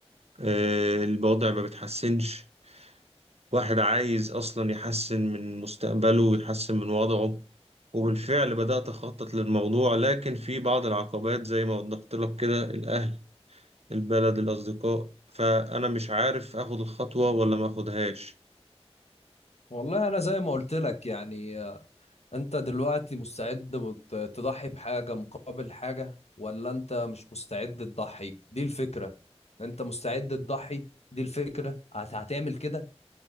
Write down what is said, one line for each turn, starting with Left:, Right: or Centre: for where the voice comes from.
Right: آه، الوضع ما بيتحسنش واحد عايز أصلا يحسن من مستقبله ويحسن من وضعه وبالفعل بدأت أخطط للموضوع لكن في بعض العقبات زي ما وضحت لك كده الأهل البلد الأصدقاء فأنا مش عارف أخد الخطوة ولا ما أخدهاش
Left: والله انا زي ما قلت لك يعني انت دلوقتي مستعد بت- تضحي بحاجة مقابل حاجة ولا انت مش مستعد تضحي دي الفكرة انت مستعد تضحي دي الفكرة هت- هتعمل كده